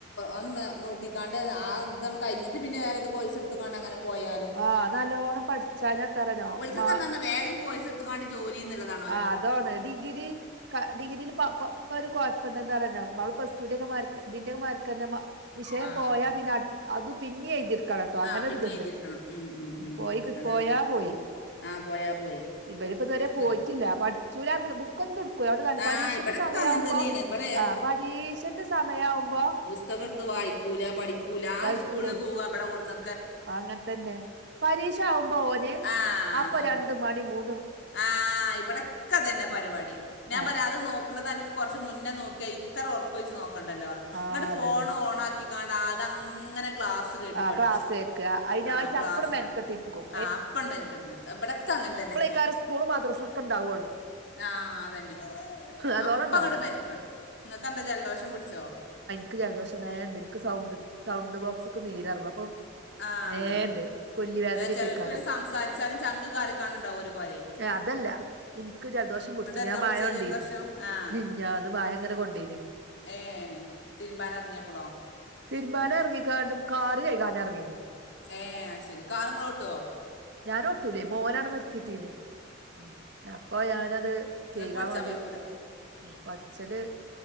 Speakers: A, on the left; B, on the right.
A: അത്ന്ന് നോക്കിക്കാണ്ട് ആ ഇതണം കഴിഞ്ഞിട്ട് പിന്നെ വേറെ ഇത് കോഴിസ് എടുത്ത് കാണ്ട് അങ്ങനെ പോയാലും
B: ആഹ് നല്ലോണം പഠിച്ചാഞ്ഞ എത്തരനോ
A: ഓൽക്കൊക്കെ
B: മാ
A: എന്താ വേഗം കോഴ്സിട്ത് ങ്ങാണ്ട് ജോലിന്ന്ള്ളതാണ്.
B: ആ അതോണ് ഡിഗ്രി ക ഡിഗ്രീല്. പ്പൊ പൊ പ്പൊരു കൊഴപ്പണ്ട് ന്താ റഞ്ഞോ പവള് പ്ലാസ്ടുന്റെകെ മാർക്ക് ഇതിന്റെക്ക മാർകെന്നെ മാ വിഷയം
A: ആ
B: പോയാ
A: ആ
B: പിന്നെ അട് അതു പിന്നിയ്തിട് കളട്ടോ അങ്ങനെരിത്ണ്ട്
A: ആ പിന്നെ എഴുതിയിരിക്കണം ഉം ഉം ഉം
B: പോയിക്
A: അതാ
B: പോയാ പോയി.
A: ആ പോയാ പോയി
B: ഇബരിപ്പതുവരെ
A: അങ്ങനെ
B: പോയിറ്റില്ല പഠിച്ചൂലാ ന്ന്ട്ട് ബു ക്കൊന്നുടുകൂല അതോണ്ട് കാര്യല്ല
A: ആ
B: പരീഷന്റെ
A: ഇവിടൊക്കെ
B: സമയയാവുമ്പോ
A: അങ്ങനെ തന്നെയാണ് ഇവിടെ
B: ആഹ് പരീഷന്റെ സമയവുമ്പോ.
A: പുസ്തകടുത്ത് വായിക്കൂല പഠിക്കൂല ആ
B: വായിക്കൂലേ
A: സ്കൂളിൽ പോവ ബടെ കൊട്ന്ന്
B: അങ്ങൻത്തന്നെ പരീക്ഷാകുമ്പോ ഓന്
A: ആ
B: അപ്പൊ
A: നോക്കും
B: രണ്ട് മണി മൂ
A: ആഹ് ഇബടെക്കതെന്നെ പരിവാടി ഞാൻ
B: ആഹ്
A: പറയാ അത് നോ ന്ന്ക്കണതൻക്ക് കൊറച്ച് മുന്നെ നോക്കിയാ ഇത്ര ഒർക്കൊയ്ച് നോക്കണ്ടല്ലോന്ന്
B: ആഹ്
A: ങ്ങട്ട്
B: അതന്നെ
A: ഫോണ് ഓണാക്കി കാണ്ടാ ആതങ്ങനെ ക്ലാസ്. ത്കേട്ട്
B: ആഹ്
A: പഠിച്ച
B: ക്ലാസ് കേക്ക അയിനായിട്ട്
A: ആഹ് ക്ലാസ്
B: അപ്പട് മെനക്കെട്ടിരിക്കും
A: കേട്ട് ആഹ് അപ്പൊണ്ട് മെനെക്ട്ണ്. കബ്ടക്കങ്ങൻതന്നെ.
B: എകാരും സ്കൂളും മദ്രസൊക്കെണ്ടാവൊള്ളു.
A: ആഹ് അതന്നെ
B: അതോളം
A: അപ്പങ്ങട്
B: ഉണ്ടാവൂല
A: മെൻക്ടും ങ്ങക്കെൻന്താ ജലദോഷം പിടിച്ചോ?
B: ക്ക് ജലദോഷം വേണ്ട് ക്ക് സൗണ്ട് സൗണ്ട് ബോക്സ്ക്ക് നീരറങ്ങു അപ്പൊ.
A: ആഹ്
B: വേണ്ട് കൊല്ലി വേദനൊക്കെക്കാരം
A: അല്ല ചെലോൽക്ക് പിന്നെ സംസാരിച്ചാലും ചങ്ക് കറി കാണുന്നുണ്ടാവും ഒരു കോര
B: ഏഹ് അതല്ല എനിക്ക് ജലദോഷം പിടിച്ച് ണ്
A: എന്നാ
B: ഞാൻ മഴ
A: പിടിച്ചേ
B: കൊണ്ടീന്
A: ജലദോഷം ആഹ്
B: മിഞ്ഞാന്ന് മഴ ങ്ങനെ കൊണ്ടീന്
A: ഏ തിരുമ്പാനർങ്ങിയപ്പളോ
B: തീരുബാൻ ഇറങ്ങിക്കാണ്ട് കാറ് കൈകാൻ ഇറങ്ങി
A: ഏഹ് ശെരി കാറ് ങ്ങൾ ഓട്ടോ
B: ഞാൻ ഒട്ടൂലേ മോനാവിടെ നിർത്തിട്ടീന് ഉം അപ്പൊ ഞാനത്
A: ങ്ങക്ക്പടച്ചാം
B: കെയ്കാൻ വേണ്ടി
A: പെയ്ക്കൂടേ
B: ഉം പഠിച്ചല്